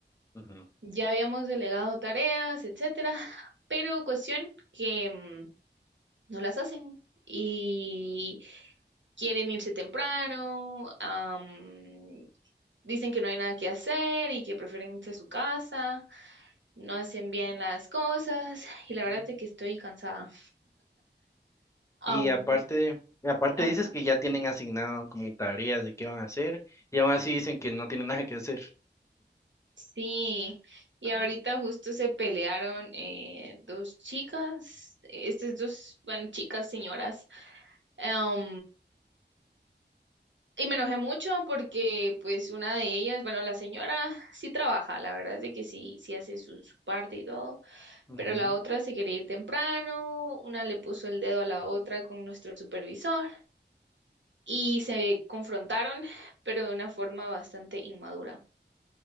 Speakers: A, on the left (about 15°); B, on the right (about 85°).
A: ujú.
B: Ya habíamos delegado tareas, etcétera, pero cuestión que mm, no las hacen. y quieren irse temprano, am, dicen que no hay nada que hacer y que prefieren irse a su casa, no hacen bien las cosas y la verdad
A: Ujú.
B: es que estoy cansada. Am,
A: Y aparte, y aparte
B: Ah,
A: dices que ya tienen asignado como tareas de qué van a hacer, y aún así dicen que no tienen nada que hacer.
B: sí, y
A: Ah,
B: ahorita justo se pelearon eh, dos chicas, eh, estas dos, bueno, chicas, señoras. am, y me enojé mucho porque pues una de ellas, bueno, la señora sí trabaja, la verdad es de que sí, sí hace su, su parte y todo
A: ujú.
B: pero la otra se quería ir temprano, una le puso el dedo a la otra con nuestro supervisor y se confrontaron, pero de una forma bastante inmadura.